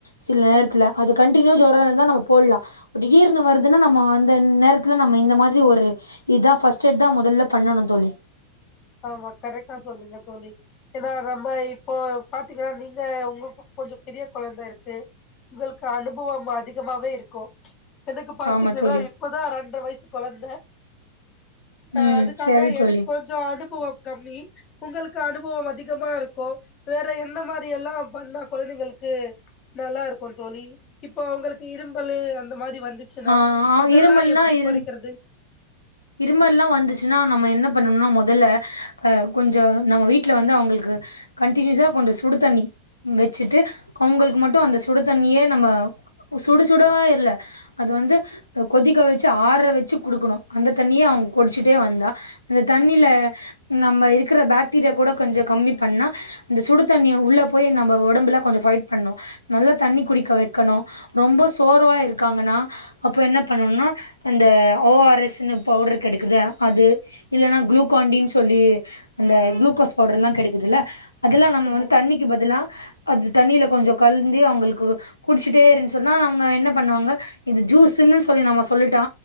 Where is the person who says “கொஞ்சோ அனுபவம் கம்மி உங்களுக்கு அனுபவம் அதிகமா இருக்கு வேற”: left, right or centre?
Left